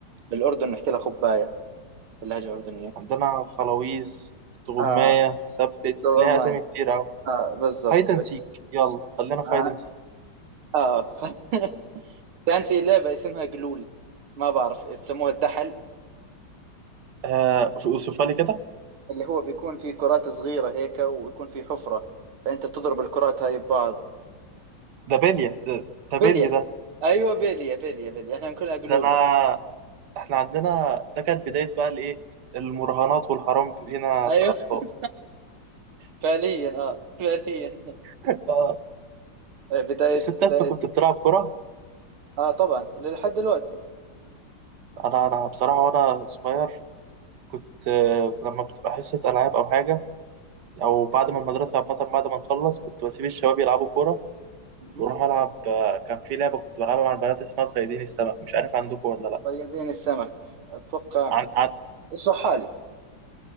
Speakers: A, on the right; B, on the right.
A: بالاردن بنحكي لها خباية باللهجة الأردنية
B: عندنا خلاويز تغماية
A: آه
B: ثبت
A: استغماية
B: ليها أسامي كتير أوي
A: آه بالضبط
B: هايدن سيك يلا خلينا في
A: آه,
B: هايدن سيك
A: آه ف... <laughs> كان في لعبة اسمها قلول ما بعرف يسموها الدحل
B: آه أوصفها لي كده
A: اللي هو بيكون في كرات صغيرة هيك ويكون في حفرة فأنت تضرب الكرات هاي ببعض
B: ده بالية ده ده بالية
A: بلية
B: ده
A: أيوة بلية بلية بلية إحنا نقولها قلول
B: ده أنا احنا عندنا ده كانت بداية بقى الإيه المراهنات والحرام لينا
A: أيوة
B: كأطفال
A: <laughs> فعليا آه فعليا
B: <laughs> آه،
A: آه، بداية
B: الست
A: بداية
B: أسطى كنت بتلعب كرة
A: آه طبعا لحد دلوقتي
B: أنا أنا بصراحة وأنا صغير كنت آه، لما بتبقى حصة ألعاب أو حاجة او بعد ما المدرسه عامه بعد ما نخلص كنت بسيب الشباب يلعبوا كوره
A: مهم.
B: واروح العب آه، كان في لعبه كنت بلعبها مع البنات اسمها صيادين السمك مش عارف عندكم ولا لا
A: طيبين السمك أتوقع
B: عن, عن...
A: اشرحها لي